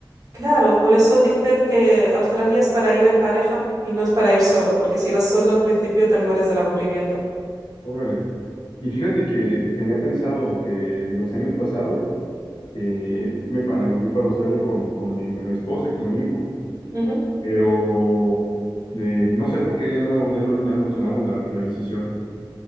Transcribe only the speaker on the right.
claro, por eso dicen que Australia es para ir en pareja y no es para ir solo, porque si vas solo al principio te mueres del aburrimiento.
Ujú.
Ujú.